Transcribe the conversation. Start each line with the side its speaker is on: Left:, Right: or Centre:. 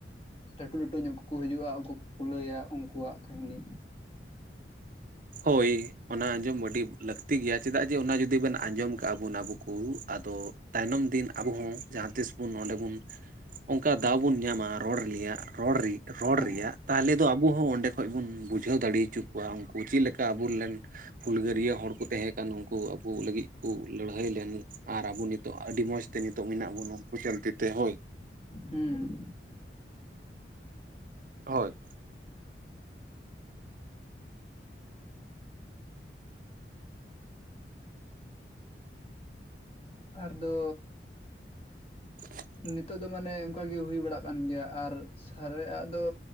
Left: ᱞᱟᱹᱴᱩ ᱞᱟᱹᱴᱩ ᱧᱚᱜ ᱠᱩᱠᱩ ᱦᱤᱡᱩᱜᱼᱟ ᱩᱱᱠᱩ ᱠᱩᱠᱚ ᱞᱟᱹᱭᱟ ᱩᱱᱠᱩᱣᱟᱜ ᱠᱟᱹᱦᱱᱤ᱾
Right: ᱦᱳᱭ ᱚᱱᱟ ᱟᱸᱡᱚᱢ ᱟᱹᱰᱤ ᱞᱟᱹᱠᱛᱤ ᱜᱮᱭᱟ ᱪᱮᱫᱟᱜ ᱡᱮ ᱚᱱᱟ ᱡᱩᱫᱤ ᱵᱱ ᱟᱸᱡᱚᱢ ᱠᱟᱜᱼᱟ ᱵᱚᱱ ᱟᱵᱚ ᱠᱚ ᱟᱫᱚ ᱛᱟᱭᱱᱚᱢ ᱫᱤᱱ ᱟᱵᱚ ᱦᱚᱸ ᱡᱟᱦᱟᱸ ᱛᱤᱥ ᱵᱚᱱ ᱱᱚᱸᱰᱮ ᱵᱚᱱ ᱚᱱᱠᱟ ᱫᱟᱣ ᱵᱚᱱ ᱧᱟᱢᱟ ᱨᱚᱲ ᱞᱮᱭᱟᱜ ᱨᱮᱲᱨᱮ ᱨᱚᱲ
Left: ᱦᱮᱸ
Right: ᱨᱮᱭᱟᱜ ᱛᱟᱦᱚᱞᱮ ᱫᱚ ᱟᱵᱚ ᱦᱚᱸ ᱚᱸᱰᱮ ᱠᱷᱚᱡ ᱵᱚᱱ ᱵᱩᱡᱷᱟᱹᱣ ᱫᱟᱲᱮ ᱦᱚᱪᱚ ᱠᱚᱣᱟ ᱩᱱᱠᱩ ᱪᱮᱫ ᱞᱮᱠᱟ᱾ ᱠᱟ ᱟᱵᱚᱨ ᱞᱮᱱ ᱦᱩᱞᱜᱟᱹᱨᱭᱟᱹ ᱦᱚᱲ ᱠᱚ ᱛᱮᱦᱮᱸ ᱠᱟᱱ ᱩᱱᱠᱩ ᱟᱵᱚ ᱞᱟᱹᱜᱤᱫ ᱠᱚ ᱞᱟᱹᱲᱟᱹ ᱦᱟᱹᱭ ᱞᱮᱱ ᱟᱨ ᱟᱵᱚ ᱱᱤᱛᱚᱜ ᱟᱹᱰᱤ ᱢᱚᱸᱡᱽ ᱛᱮ ᱱᱤᱛᱚᱜ ᱢᱮᱱᱟᱜ ᱵᱚ ᱱᱩᱠᱩ ᱪᱟᱹᱞᱛᱤ ᱛᱮ ᱦᱳᱭ᱾
Left: ᱦᱚᱸ
Right: ᱦᱳᱭ᱾
Left: ᱟᱨᱫᱚ
Right: <inaudible>
Left: ᱱᱤᱛᱚᱜ ᱫᱚ ᱢᱟᱱᱮ ᱚᱱᱠᱟ ᱜᱮ ᱦᱩᱭ ᱵᱟᱲᱟᱜ ᱠᱟᱱ ᱜᱮᱭᱟ ᱟᱨ ᱥᱟᱨᱮᱡ ᱟᱜ ᱫᱚ